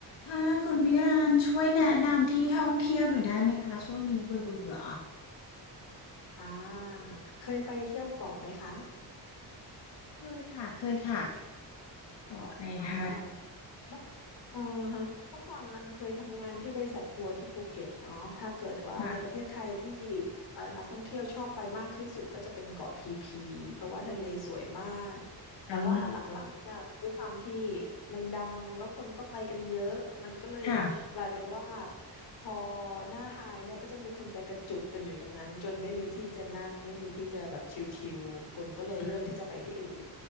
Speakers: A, on the left; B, on the left.
A: ค่ะคุณมิรานช่วยแนะนำที่ท่องเที่ยวหน่อยได้ไหมคะช่วงนี้เบื่อเบื่อ
B: อ่าเคยไปเที่ยวเกาะไหมคะ
A: เคยค่ะเคยค่ะเกาะในไทย
B: อ่าเอ่าฮะเมื่อก่อนรันเคยทำงานที่บริษัททัวร์ที่ภูเก็ตเนาะถ้าเกิดว่าในประเทศไทยที่
A: ค่ะ
B: เอ่อนักท่องเที่ยวชอบไปมากที่สุดก็จะเป็นเกาะพีพีเพราะว่าทะเลสวยมากแต่ว่าหลังๆเนี่ยด้วยความที่
A: อ๋อ
B: มันดังแล้วคนก็ไปกันเยอะมันก็เลยกลายเป็นว่า
A: ค่ะ
B: พอหน้าไฮเนี่ยก็จะมีคนไปกระจุกกันอยู่ตรงนั้นจนไม่มีที่จะนั่งไม่มีที่จะแบบชิลๆคนก็เลยเลือกที่จะไปที่อื่น
A: อืม